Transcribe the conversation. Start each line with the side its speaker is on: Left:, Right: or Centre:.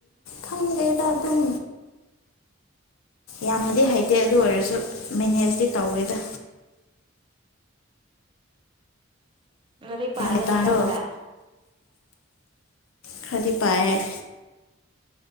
Left: ꯈꯪꯗꯦꯗ ꯑꯗꯨꯝ ꯌꯥꯝꯅꯗꯤ ꯍꯩꯇꯦ ꯑꯗꯨ ꯑꯣꯏꯔꯁꯨ ꯃꯦꯅꯦꯖꯇꯤ ꯇꯧꯋꯦꯗ
Right: ꯑꯗꯨꯗ ꯄꯔꯒꯗꯤ
Left: ꯄꯦꯇꯥꯔꯗꯣ
Right: ꯆꯠꯄ꯭ꯔꯥ
Left: ꯈꯔꯗꯤ ꯄꯥꯏꯔꯦ